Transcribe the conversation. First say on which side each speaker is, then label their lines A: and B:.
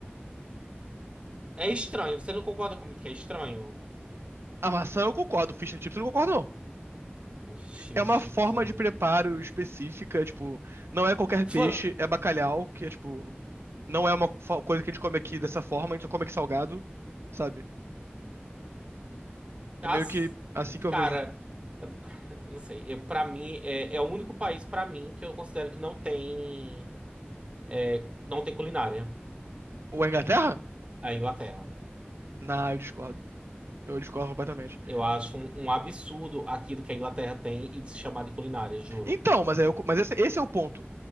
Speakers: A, on the right; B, on the right.
A: É estranho. Você não concorda comigo que é estranho?
B: A maçã eu concordo, fish and chips eu não concordo, não.
A: Fish
B: É uma
A: chips,
B: forma
A: eu não.
B: de preparo específica, tipo, não é qualquer
A: Fã-
B: peixe, é
A: hum,
B: bacalhau,
A: hum,
B: que é tipo, não é uma fa- coisa que a gente come aqui dessa forma, a gente só come aqui salgado, sabe? É
A: As...
B: meio que assim que eu
A: Cara.
B: vejo.
A: Eu Não sei. Eu, para mim, é, é o único país para mim que eu considero que não tem, é, não tem culinária.
B: Ou a Inglaterra?
A: É a Inglaterra.
B: Não, eu discordo. Eu discordo completamente.
A: Eu acho um, um absurdo aquilo que a Inglaterra tem e de se chamar de culinária, juro.
B: Então, mas, aí eu- mas esse, esse é o ponto.